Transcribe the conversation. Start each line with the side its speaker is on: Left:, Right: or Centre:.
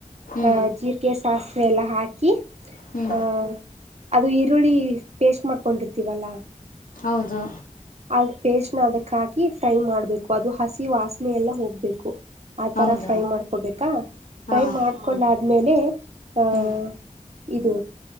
Left: ಹ್ಞೂ
Right: ಅಹ ಜೀಕೆ ಸಾಸಿವೆಲ್ಲ ಹಾಕಿ
Left: ಹ್ಞೂ
Right: ಆಹ ಅದು ಈರುಳ್ಳಿ ಪೇಸ್ಟ್ ಮಾಡ್ಕೊಂಡಿರ್ತೀವಲ್ಲಾ
Left: ಹೌದು
Right: ಅದು ಪೇಸ್ಟ್ ನ ಅದಕ್ ಹಾಕಿ ಫ್ರೈ ಮಾಡ್ಬೇಕು ಅದು ಹಸಿ ವಾಸನೆ ಎಲ್ಲ ಹೋಗ್ಬೇಕು ಆ
Left: ಹೌದಾ
Right: ತರ ಫ್ರೈ ಮಾಡ್ಕೊಬೇಕು ಫ್ರೈ
Left: ಹಾಂ
Right: ಮಾಡ್ಕೊಂಡಾದ್ಮೇಲೆ ಆಹ
Left: ಹ್ಞೂ
Right: ಇದು